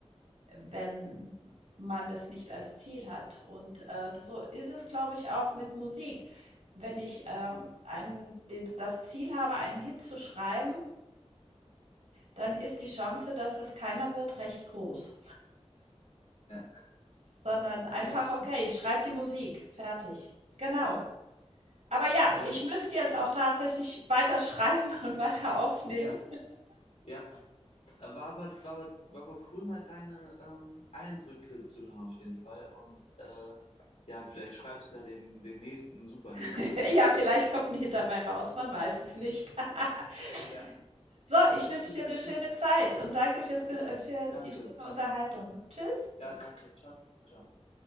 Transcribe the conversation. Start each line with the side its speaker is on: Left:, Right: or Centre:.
Right: wenn man es nicht als Ziel hat. Und, äh, so ist es, glaube ich, auch mit Musik. Wenn ich, ähm, einen den das Ziel habe, einen Hit zu schreiben, dann ist die Chance, dass das keiner wird, recht groß,
Left: ja,
Right: sondern einfach:
Left: ja,
Right: „Okay, ich schreibe die Musik, fertig.“ Genau.
Left: ja,
Right: Aber ja,
Left: ja,
Right: ich müsste jetzt auch tatsächlich weiter <laughs> schreiben und weiter aufnehmen.
Left: ja, ja, War aber, war aber, war aber cool, mal deine ähm, Eindrücke zu hören auf jeden Fall. Und äh, ja, vielleicht schreibst du ja den, den nächsten Superhit,
Right: <laughs>
Left: ne?
Right: Ja, vielleicht kommt ein Hit dabei raus, man weiß es nicht. <laughs>
Left: Ja,
Right: So, ich
Left: okay,
Right: wünsche dir
Left: ja,
Right: eine schöne
Left: cool.
Right: Zeit und danke fürs Ge
Left: Ja,
Right: äh, für
Left: danke.
Right: die schöne Unterhaltung. Tschüss.
Left: Ja, danke. Ciao, ciao.